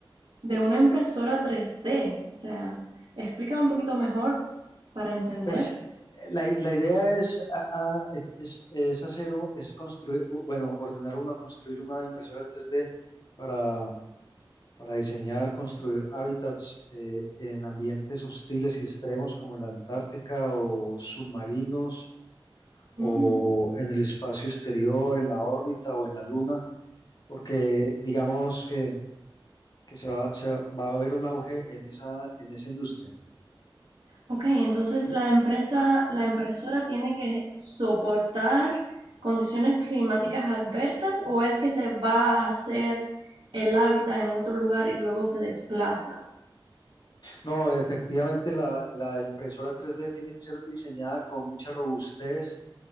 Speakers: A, on the right; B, on the left.
A: de una impresora 3D. O sea, explícame un poquito mejor para entender.
B: Pues eh, la, i- la idea es, ah, ah, eh, es, es hacer, un- es construir, u- bueno, ordenar una, construir una impresora tres d para, para diseñar, construir hábitats eh, en ambientes hostiles y extremos como la Antártica o submarinos o
A: Mm.
B: en el espacio exterior, en la órbita o en la luna, porque digamos que, que se va, se va a haber un auge en esa, en esa industria.
A: Ok, entonces la empresa, la impresora tiene que soportar condiciones climáticas adversas o es que se va a hacer el hábitat en otro lugar y luego se desplaza.
B: No, efectivamente la, la impresora tres d tiene que ser diseñada con mucha robustez